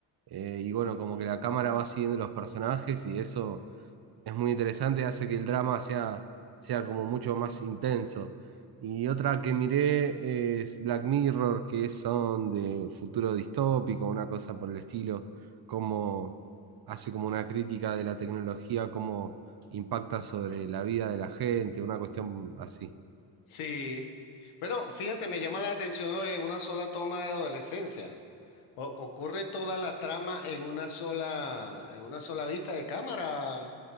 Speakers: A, on the right; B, on the left.
A: eh, y bueno, como que la cámara va siguiendo los personajes y eso es muy interesante, hace que el drama sea, sea como mucho más intenso. Y otra que miré es Black Mirror, que son de futuro distópico, una cosa por el estilo, como hace como una crítica de la tecnología, cómo impacta sobre la vida de la gente, una cuestión así.
B: Sí. Bueno, fíjate, me llama la atención lo de una sola toma de adolescencia. O- ocurre toda la trama en una sola, en una sola vista de cámara.